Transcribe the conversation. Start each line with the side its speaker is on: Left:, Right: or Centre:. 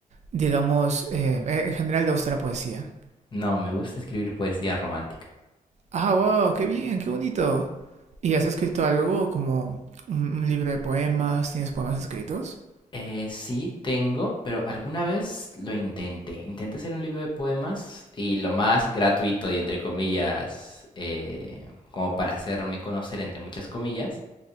Right: digamos, eh, en general te gusta la poesía?
Left: No, me gusta escribir poesía romántica.
Right: Ah, wow, qué bien, qué bonito. ¿Y has escrito algo como un, un libro de poemas? ¿Tienes poemas escritos?
Left: Eh, sí, tengo, pero alguna vez lo intenté. Intenté hacer un libro de poemas y lo más gratuito y entre comillas, eh, como para hacerme conocer entre muchas comillas,